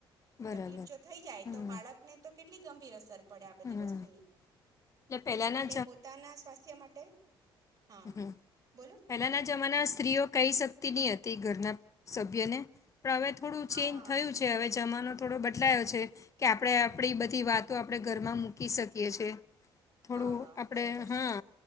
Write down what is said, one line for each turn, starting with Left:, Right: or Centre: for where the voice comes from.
Left: બરાબર
Right: તકલીફ જો થઈ જાય,
Left: હમ
Right: તો બાળકને તો કેટ કેટલી ગંભીર અસર પડે આ બધી
Left: હમ
Right: વસ્તુની.
Left: એટલે પહેલાના
Right: એટલે પોતાના સ્વાસ્થ્ય માટે હા
Left: હમ્મ
Right: બોલો
Left: પેલાના જમાના સ્ત્રીઓ કઈ શ તે ની હતી ઘરના સભ્યને? પણ હવે થોડું
Right: હા
Left: ચેન્જ થયું છે હવે જમાનો થોડો બદ બદલાયો છે, કે આપણે આપણી બધી વાતો આપણે ઘરમાં મૂકી શકીએ છે. થોડું
Right: હા
Left: આપડે
Right: બરાબર
Left: હા
Right: છે